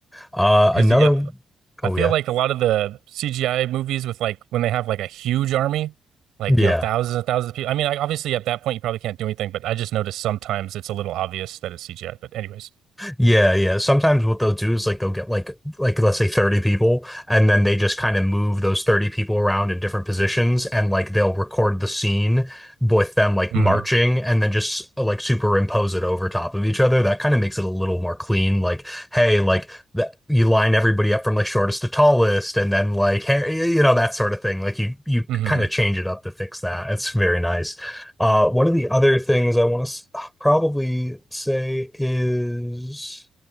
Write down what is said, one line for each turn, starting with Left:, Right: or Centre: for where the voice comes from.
Centre: Uh,
Right: Because
Centre: another.
Right: yeah, I
Centre: Oh
Right: feel
Centre: yeah,
Right: like a lot of the CGI movies with like when they have like a huge army, like
Centre: yeah.
Right: you know thousands and thousands of people. I mean, like, obviously at that point you probably can't do anything, but I just noticed sometimes it's a little obvious that it's CGI. But anyways,
Centre: Yeah, yeah. Sometimes what they'll do is like they'll get like like let's say 30 people and then they just kind of move those 30 people around in different positions and like they'll record the scene with them like
Right: hmm
Centre: marching and then just uh, like superimpose it over top of each other. That kind of makes it a little more clean. Like, hey, like that you line everybody up from like shortest to tallest and then like hey, you know, that sort of thing. Like you you
Right: hmm
Centre: kind of change it up to fix that. It's very nice. Uh, one of the other things I want to probably say is